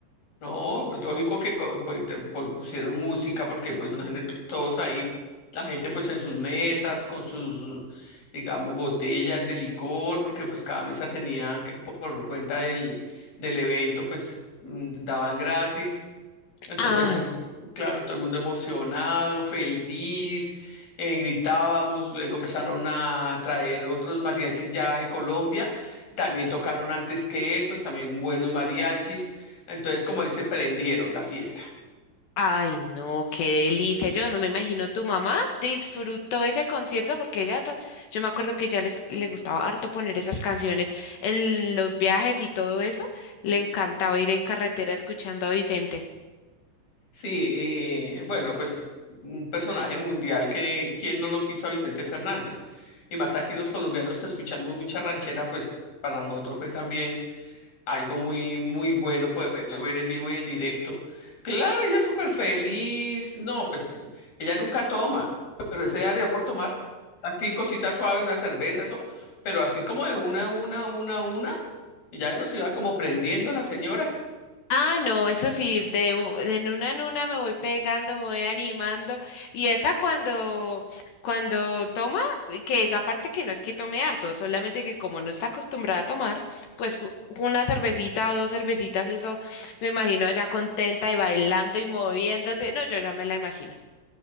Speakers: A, on the left; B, on the left.
A: No, pues lógico que co- pues, te- po- pusieron música porque pues imagínate todos ahí, la gente pues en sus mesas con sus, digamos, botellas de licor, porque pues cada mesa tenían que- por cuenta del, del evento pues mm, daban gratis entonces,
B: Ah,
A: to-
B: no.
A: claro, todo el mundo emocionado, feliz, eh, gritábamos, luego empezaron a traer otros mariachis ya de Colombia, también tocaron antes que él, pues también buenos mariachis, entonces como dice, prendieron la fiesta.
B: Ay, no, qué delicia. Yo no me imagino tu mamá disfrutó ese concierto porque ella, ta- yo me acuerdo que ya les le gustaba harto poner esas canciones en los viajes y todo eso. Le encantaba ir en carretera escuchando a Vicente.
A: Sí, eh, bueno, pues un personaje mundial que, ¿quién no lo quiso a Vicente Fernández? Y más aquí los colombianos que escuchamos mucha ranchera, pues para nosotros fue también algo muy, muy bueno poderlo ver en vivo y en directo. Claro, ella súper feliz. No, pues ella nunca toma, pero ese día le dio por tomar. Así, cosita suave, una cerveza, eso, pero así como de una, una, una, una, y ya nos iba como prendiendo la señora.
B: Ah, no, eso sí, de, u- de una en una me voy pegando, me voy animando. Y esa cuando, cuando toma, que aparte que no es que tome harto, solamente que como no está acostumbrada a tomar, pues u- una cervecita o dos cervecitas, eso me imagino allá contenta y bailando y moviéndose. No, yo ya me la imagino.